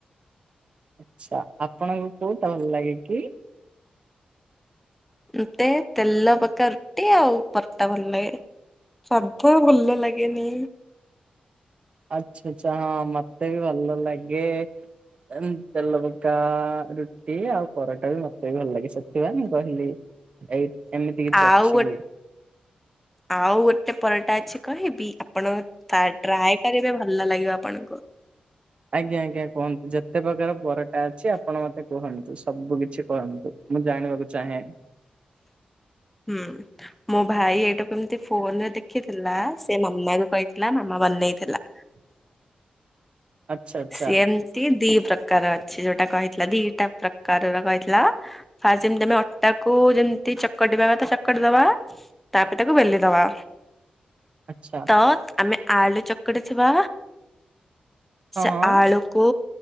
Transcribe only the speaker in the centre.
ମତେ ତେଲ ପକା ରୁଟି ଆଉ ପରଟା ଭଲ ଲାଗେ। ଶବୁ ଭଲ ଲାଗେନି।
ଆଉ
ଗୋ
ଆଉ ଗୋଟେ ପରଟା ଅଛି କହିବି ଆପଣଙ। ଥା ଟ୍ରାଏ କରିବେ ଭଲ ଲାଗିବ ଆପଣଙ୍କୁ।
ହୁଁ। ମୋ ଭାଇ ଏଇଟାକୁ ଏମିତି ଫୋନ ରେ ଦେଖିଥିଲା। ସେ ମାମାଙ୍କୁ କହିଥିଲା ମାମା ବନେଇଥିଲା।
ସିଏ ଏମ ତି ଦି ପ୍ରକାର ଅଛି ଯୋଉଟା କହିଥିଲା ଦିଟା ପ୍ରକାରର କହିଥିଲା। ଫାଷ୍ଟ ଯେମିତି ଆମେ ଅଟା କୁ ଯେମତି ଚ ଚକଟିବା କଥା ଚକଟି ଦବା ତାପରେ ତାକୁ ବେଲି ଦବା।
ଅ ଆମେ ଆଳୁ ଚକଟି ଥିବା
ସେ
ଆଳୁକୁ।